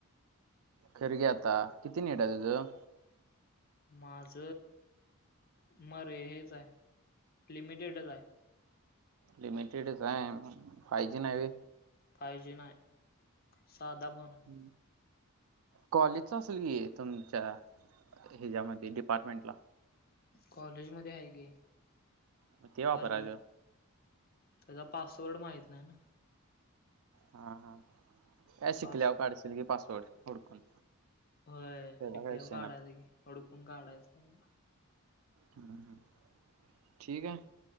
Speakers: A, on the right; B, on the left.
A: खरं की आता किती नीट आहे तुझं!
B: माझ मरे हेच आहे, लिमिटेडच आहे.
A: लिमिटेड आहे, फायजी नाही होय.
B: फायजी‌ नाही साधा फोन हाय.
A: हम्म. कॉलेजच असेल की तुमच्या हेच्यामध्ये डिपार्टमेंटला.
B: कॉलेजमध्ये आहे की,
A: मग ते वापरायचं
B: पण त्याचा पासवर्ड माहित नाही ना.
A: हा-हा, का? शिकल्यावं
B: पास
A: काढशील की पासवर्ड हुडकून.
B: होय,
A: त्याचा
B: शिकल्यावर
A: काय विषय
B: काढायचं
A: नाही
B: की हुडकून काढायचं.
A: हं, ठीक आहे.